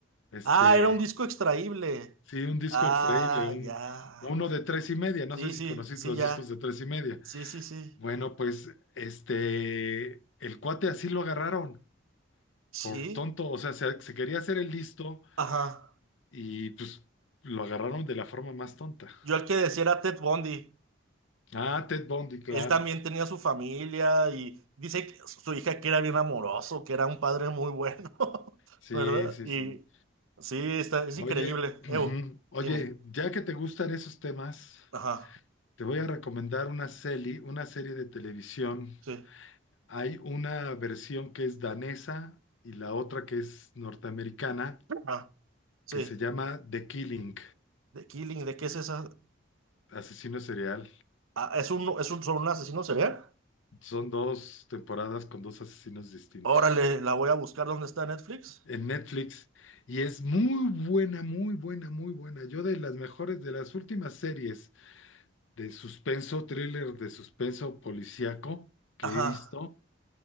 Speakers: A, on the left; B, on the right.
A: Este,
B: Ah, era un disco extraíble.
A: sí, un disco
B: Ah,
A: extraíble, un,
B: ya.
A: uno de tres y media, no
B: Sí,
A: sé si
B: sí,
A: conocéis
B: sí,
A: los
B: ya.
A: discos de tres y media.
B: Sí, sí, sí.
A: Bueno, pues este, el cuate así lo agarraron por
B: Sí.
A: tonto, o sea, se, se quería hacer el listo
B: Ajá.
A: y pues lo agarraron de la forma más tonta.
B: Yo el que decía era Ted Bundy.
A: Ah, Ted Bundy, claro.
B: Él también tenía su familia y dice que su hija que era bien amoroso, que era un padre muy bueno, <laughs>
A: Sí,
B: ¿verdad?
A: sí,
B: Y
A: sí.
B: sí, está, es
A: Oye,
B: increíble.
A: ujú.
B: Ew,
A: Oye,
B: dime.
A: ya que te gustan esos temas,
B: Ajá,
A: te voy a recomendar una serie, una serie de televisión.
B: sí,
A: Hay una versión que es danesa y la otra que es norteamericana,
B: ajá, sí.
A: que se llama The Killing,
B: The Killing, ¿de qué es esa?
A: asesino serial.
B: Ah, ¿es un, es un, sobre un asesino serial?
A: Son dos temporadas con dos asesinos distintos
B: Órale, la voy a buscar dónde está Netflix.
A: en Netflix y es muy buena, muy buena, muy buena. Yo de las mejores, de las últimas series de suspenso, thriller de suspenso policíaco que
B: Ajá.
A: he visto,